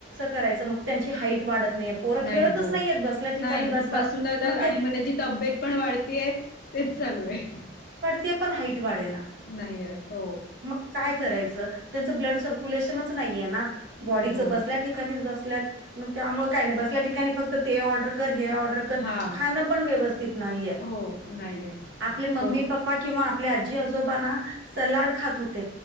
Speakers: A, on the right; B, on the left.
A: करायच मग त्यांची हाट वाढत नाहीये पोरं खेळतच
B: नाही हो
A: नाहीयेत बसल्या ठिकाणी
B: नाही
A: बसतात
B: बसून जातात
A: ते
B: आणि मग त्यांची तब्येत पण वाढतीय तेच चालू आहे
A: ते पण हाईट वाढे ना
B: नाहीय हो
A: मग काय करायचं त्यांचं ब्लड सर्क्युलेशनच नाहीये ना बॉडीच
B: हो
A: बसल्या ठिकाणीच बसल्यात मग त्यामुळे काय नाही बसल्या ठिकाणी फक्त ते ऑर्डर कर हे ऑर्डर कर
B: हा
A: खाणं पण व्यवस्थित नाहीये
B: हो नाहीये
A: आपले मम्मी
B: कोण
A: पप्पा किंवा आपल्या आजी आजोबाांना सलाड खात होत